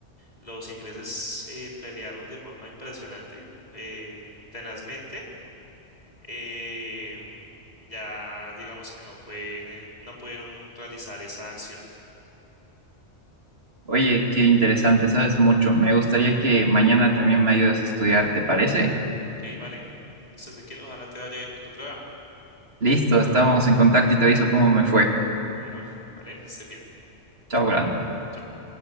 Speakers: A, on the left (about 35°); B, on the right (about 60°).
A: los ingleses eh, pelearon de forma impresionante, eh, tenazmente. em, ya digamos que no fue, en el- no pudieron realizar esa acción.
B: Oye, qué interesante, sabes mucho. Me gustaría que mañana también me ayudes a estudiar, ¿te parece?
A: Ok, vale. Listo, Ezequiel, ojalá te vaya bien con tu prueba.
B: Listo, estamos en contacto y te aviso cómo me fue.
A: Bueno, vale, estés bien.
B: Chao, Brando.
A: Chao.